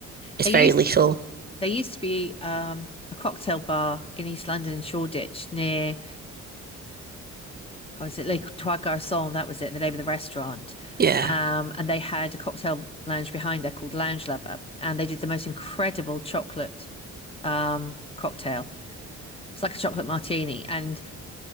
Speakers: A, on the right; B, on the left.
A: It's
B: They
A: very
B: used
A: lethal.
B: they used to be um, a cocktail bar in East London, in Shoreditch, near or was it Les Trois Garçons? That was it, the name of the restaurant.
A: Yeah,
B: Um, and they had a cocktail lounge behind there called Lounge Lover, and they did the most incredible chocolate um, cocktail. It's like a chocolate martini, and